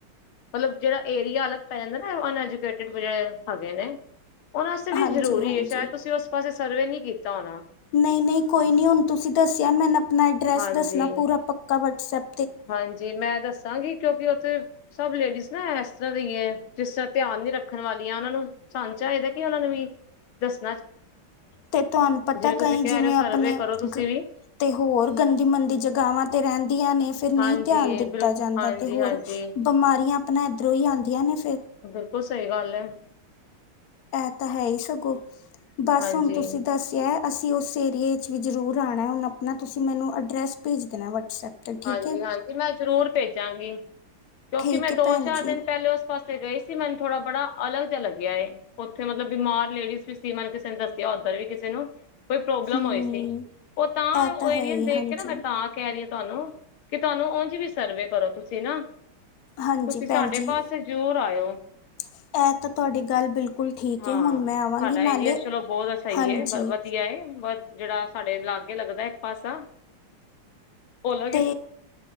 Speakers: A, on the left; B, on the left.
A: ਮਤਲਬ ਜਿਹੜਾ ਏਰੀਆ ਅਲਗ ਪੈ ਜਾਂਦਾ ਨਾ ਅਕੇ ਜ ਹੈਗੇ ਨੇ ਉਹਨਾਂਸਤੇ ਵੀ
B: ਹਾਂਜੀ
A: ਜ਼ਰੂਰੀ
B: ਹਾਂਜੀ
A: ਹੈ ਸ਼ਾਇਦ ਤੁਸੀਂ ਉਸ ਪਾਸੇ ਸਰਵੇ ਨਹੀਂ ਕੀਤਾ ਹੋਣਾ
B: ਨਹੀਂ ਨਹੀਂ ਕੋਈ ਨੀ ਹੁਣ ਤੁਸੀਂ ਦੱਸਿਆ ਮੈਂ ਆਪਣਾ ਐਡਰੈਸ
A: ਹਾਂਜੀ
B: ਦੱਸਣਾ? ਪੂਰਾ ਪੱਕਾ ਸੱਪ
A: ਹਾਂਜੀ ਮੈਂ ਦੱਸਾਂਗੀ ਕਿਉਂਕਿ ਉੱਥੇ ਸਭ ਲੇਡੀਜ਼ ਨਾ ਤਰ੍ਹਾਂ ਦੇਈਏ ਜਿਸ ਤਰ੍ਹਾਂ ਧਿਆਨ ਨੀ ਰੱਖਣ ਵਾਲੀਆਂ ਉਹਨਾਂ ਨੂੰ ਸਾਂ ਚਾਹੀਦਾ ਕਿ ਉਹਨਾਂ ਨੂੰ ਵੀ ਦੱਸ
B: ਤੇ ਤੁਹਾਨੂੰ ਪਤਾ?
A: ਤੁਸੀਂ
B: ਕਈ
A: ਕਹਿ
B: ਜਿਵੇਂ
A: ਰਹੇ ਹੋ ਸਰਵੇ
B: ਆਪਣੇ
A: ਕਰੋ ਤੁਸੀਂ ਵੀ
B: ਤੇ ਹੋਰ ਗੰਦੀ ਮੰੰਦੀ ਜਗਾਾਵਾਂ ਤੇ ਰਹਿੰਦੀਆਂ ਨੇ। ਫਿਰ ਨਹੀਂ
A: ਹਾਂਜੀ
B: ਧਿਆਨ ਦਿੱਤਾ
A: ਬਿਲਕੁਲ
B: ਜਾਂਦਾ
A: ਹਾਂਜੀ
B: ਤੇ ਹੋਰ
A: ਹਾਂਜੀ
B: ਬਿਮਾਰੀ ਇ ਆਪਣਾ ਇੱਧਰੋਂ ਹੀ ਆਂਆਂ ਨੇਿਰ
A: ਬਿਲਕੁਲ। ਸਹੀ ਗੱਲ ਹੈ।
B: ਇਹ ਤਾਂ ਹੈ ਹੀ ਸਗੋਂ ਬਸ
A: ਹਾਂਜੀ
B: ਹੁਣ ਤੁਸੀਂ ਦੱਸਿਆ ਅਸੀਂ ਉਸ ਏਰੀਏ ' ਵੀ ਜ਼ਰੂਰ ਆਉਣਾ ਹੁਨਣ ਆਪਣਾ ਤੁਸੀਂ ਮੈਨੂੰ ਐਡਰੈਸ ਭੇਜ ਦੇਣਾ ਵਟਸਐਪ ਤੇ ਠੀਕ
A: ਹਾਂਜੀ
B: ਹੈ
A: ਹਾਂਜੀ ਮੈਂ ਜ਼ਰੂਰ ਭੇਜਾਂਗੀ ਕਿਉਂਕਿ
B: ਠੀਕ
A: ਮੈਂ
B: ਹੈ
A: ਦੋ
B: ਭੈਣ
A: ਚਾਰ
B: ਜੀ
A: ਦਿਨ ਪਹਿਲੇ ਉਸ ਪਾਸੇ ਗਈ ਸੀ ਮੈਨੂੰ ਥੋੜਾ ਬੜਾ ਅਲੱਗ ਜਿਹਾ ਲੱਗਿਆ ਥੇ ਮਤਲਬ ਬਿਮਾਰ ਲੇਡੀਜ਼ ਵੀ ਸੀ ਮੈਨੂੰ ਕਿਸੇ ਨੇ ਦੱਸਿਆ ਉੱਧਰ ਵੀ ਕਿਸੇ ਨੂੰ ਕੋਈ ਪ੍ਰੋਬਲਮ
B: ਹੂੰ
A: ਹੋਈ ਸੀ ਉਹ ਤਾਂ
B: ਇਹ
A: ਉਹ
B: ਹੈ
A: ਏਰੀਆ
B: ਹੀ
A: ਦੇਖ
B: ਹਾਂਜੀ
A: ਕੇ ਨਾ ਮੈਂ ਤਾਂ ਕਹਿ ਰਹੀ ਤੁਹਾਨੂੰ ਕਿ ਤੁਹਾਨੂੰ ਉਓਂਝ ਵੀ ਸਰਵੇ ਕਰੋ ਤੁਸੀਂ ਨਾ
B: ਹਾਂਜੀ
A: ਤੁਸੀਂ ਸਾਡੇ
B: ਭੈਣ ਜੀ
A: ਪਾਸੇ ਜ਼ਰੂਰ ਆਇਓ।
B: ਇਹ ਤਾਂ ਤੁਹਾਡੀ ਗੱਲ ਬਿਲਕੁਲ ਠੀਕ
A: ਹਾਂ
B: ਹੈ ਹੁਣ ਮੈਂ ਆਵਾਂਗੀ
A: ਸਾਡਾ
B: ਨਾਲੇ
A: ਏਰੀਆ ਚਲੋ ਬਹੁਤ ਸਹੀ
B: ਹਾਂਜੀ
A: ਹੈ ਵਧੀਆ ਜਿਹੜਾ ਸਾਡੇ ਲਾਗੇ ਲੱਗਦਾ ਇੱਕ ਪਾਸਾ, ਉਹਲ
B: ਅਤੇ